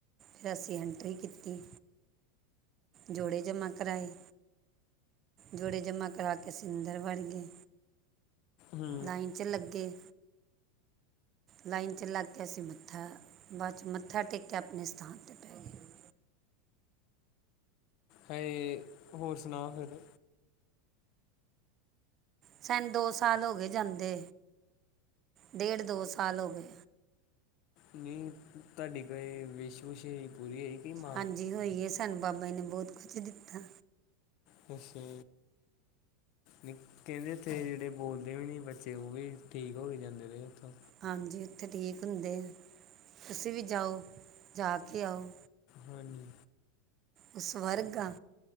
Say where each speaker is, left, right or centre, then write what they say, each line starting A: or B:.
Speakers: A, on the right; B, on the left.
A: ਫਿਰ ਅਸੀਂ ਐਂਟਰੀ ਕੀਤੀ ਜੋੜੇ ਜਮਾ ਕਰਾਏ ਜੋੜੇ ਜਮਾ ਕਰਾ ਕੇ ਅਸੀਂ ਅੰਦਰ ਬੜ ਅਗੇ
B: ਹੂੰ
A: ਲਾਈਨ ਚ ਲੱਗੇ ਲਾਈਨ ਚ ਲੱਗ ਕੇ ਅਸੀਂ ਮੱਥਾ ਬਾਅਦ ਚ ਮੱਥਾ ਟੇਕ ਕੇ ਆਪਣੇ ਸਥਾਨ ਤੇ ਪੈ ਗਏ
B: ਹੈ ਹੋਰ ਸੁਣਾਓ ਫਿਰ
A: ਸਨ ਦੋ ਸਾਲ ਹੋ ਗਏ ਜਾਂਦੇ ਡੇਢ ਦੋ ਸਾਲ ਹੋ ਗਏ
B: ਨਹੀਂ ਤੁਹਾਡੀੇ ਕੋਈ ਵਿੇਸ਼ਵੂਸ਼ੇ ਪੂਰੀ ਹੋ ਕਿ ਮਾਂ
A: ਹਾਂਜੀ ਹੋਈ ਹੈ ਸਾਨੂੰ ਬਾਬਾ ਨੇ ਬਹੁਤ ਕੁਛ ਦਿੱਤਾ
B: ਖੁਸ਼ੀ ਨ ਕਹਿੰਦੇ ਇੱਥੇ ਜਿਹੜੇ ਬੋਲਦੇ ਵੀ ਨੀ ਬੱਚੇ ਉਹ ਵੀ ਠੀਕ ਹੋ ਕੇ ਜਾਂਦੇ ਰਹੇ ਉਥੋਂ
A: ਹਾਂਜੀ ਉੱਥੇ ਠੀਕ ਹੁੰਦੇ ਤੁਸੀਂ ਵੀ ਜਾਓ ਜਾ ਕੇ ਆਓ
B: ਹਾਂਜੀ
A: ਉਸ ਵਰਗ ਦਾ